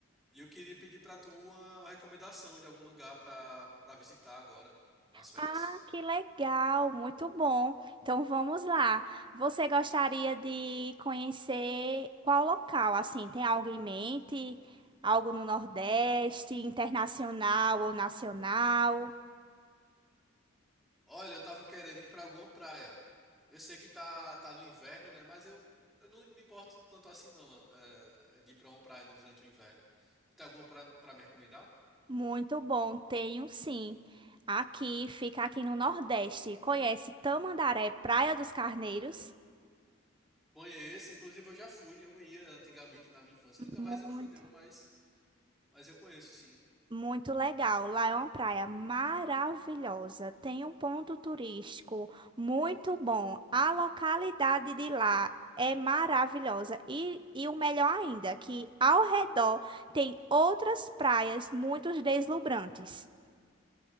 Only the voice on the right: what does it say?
Ah, que legal, muito bom. Então vamos lá. Você gostaria de conhecer qual local? Assim, tem algo em mente? Algo no Nordeste, internacional ou nacional?
Muito bom, tenho sim. Aqui, fica aqui no Nordeste. Conhece Tamandaré, Praia dos Carneiros?
Muito
Muito legal. Lá é uma praia maravilhosa. Tem um ponto turístico muito bom. A localidade de lá é maravilhosa. E, e o melhor ainda, que ao redor tem outras praias muito deslumbrantes.